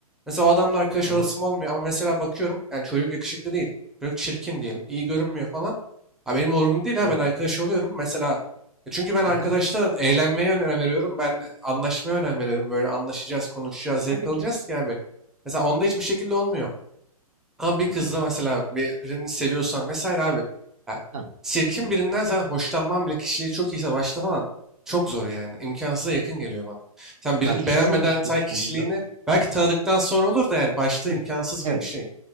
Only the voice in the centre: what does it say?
mesela o adamla arkadaş
olasım olmuyor ama mesela bakıyorum yani çocuk yakışıklı değil. Çocuk çirkin diyelim. iyi görünmüyor falan. Ha, benim umurumda değil ha
ben arkadaş oluyorum. Mesela e, çünkü ben arkadaşta
eğlenmeye önem veriyorum. Ben anlaşmaya önem veriyorum. Böyle anlaşacağız, konuşacağız, zevk
alacağız
ki abi. Mesela onda hiçbir şekilde olmuyor. Ama bir
kızla mesela bir, birini seviyorsan vesaire abi. ya
çirkin
birinden sen hoşlanman bile kişiliği çok iyiyse başta falan çok zor yani. İmkansıza yakın geliyor bana. Sen
birini
beğenmeden
say kişiliğini
belki tanıdıktan sonra olur da yani başta
imkansız gibi
bir şey.